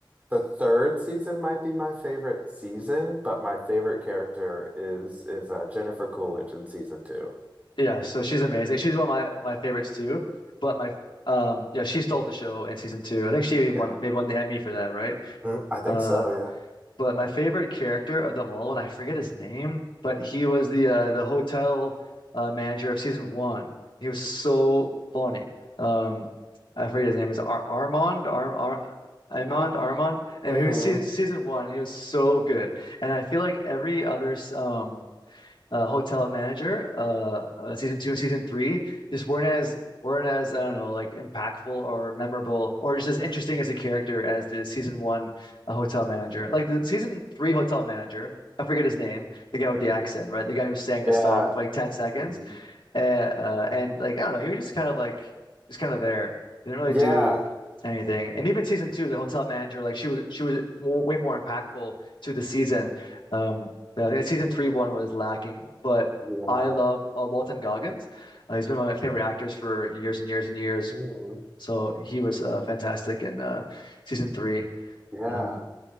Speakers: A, on the right; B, on the left.
A: the third season might be my favorite season, but my favorite character is is uh, Jennifer Coolidge in season two.
B: Yeah, so she's amazing. She's one of my my favorites too. But my um yeah, she stole the show in season two. I think she even
A: Yeah.
B: won maybe won the Emmy for that, right?
A: Mm, I think
B: Uh
A: so, yeah.
B: But my favorite character of them all, and I forget his name, but he was the uh, the hotel uh, manager of season one. He was so funny. Um, I forget his name. It was Ar Armand, Ar Ar Armand,
A: Oh.
B: Armand. Anyway,
A: Mm-hmm.
B: he was se season one. And he was so good, and I feel like every other um uh, Hotel Manager, uh, uh, season two and season three, just weren't as weren't as I don't know like impactful or memorable or just as interesting as a character as the season one uh, Hotel Manager. Like the season three Hotel Manager, I forget his name, the guy with the accent, right? The guy who sang the
A: Yeah.
B: song for like 10 seconds.
A: Mhm.
B: Uh, uh, and like I don't know, he was just kind of like just kind of there. He didn't really
A: Yeah.
B: do anything. And even season two, the hotel manager, like she was she was more, way more impactful to the season. Um, but I think season three one was lacking. But
A: Yeah.
B: I love uh, Walton Goggins. Uh, he's been one of my favorite actors for years and years and years.
A: Mhm.
B: So he was uh, fantastic in uh, season three.
A: Yeah.
B: Um,